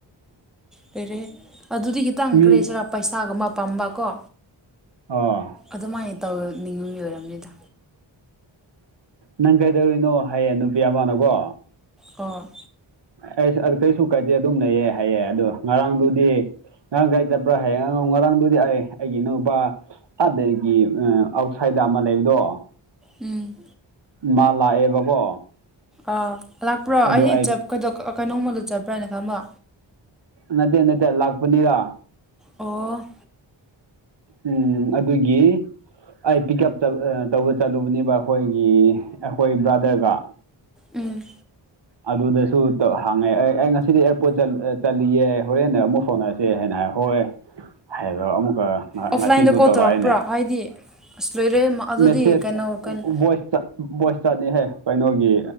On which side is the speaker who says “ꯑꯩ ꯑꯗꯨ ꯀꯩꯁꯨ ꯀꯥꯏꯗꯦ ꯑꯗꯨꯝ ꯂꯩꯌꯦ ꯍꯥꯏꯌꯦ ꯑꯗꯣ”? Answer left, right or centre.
Right